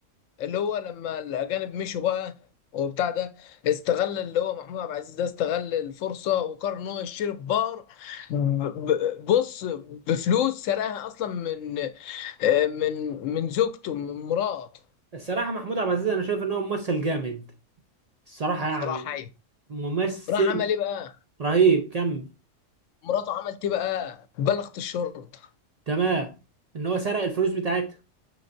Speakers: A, on the left (about 80°); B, on the right (about 70°).
A: اللي هو لما الاجانب مشوا بقى وبتاع ده استغل اللي هو محمود عبد العزيز ده استغل الفرصه وقرر ان هو يشتري بار ب- بص بفلوس سرقها اصلا من آه، من من زوجته من مراته
B: الصراحة محمود عبد العزيز أنا شايف إن هو ممثل جامد الصراحة
A: بصراحه
B: يعني
A: ايوه
B: ممثل
A: راح عمل ايه بقى؟
B: رهيب كمل
A: مراته عملت ايه بقى؟ بلغت الشرطه
B: تمام ان هو سرق الفلوس بتاعتها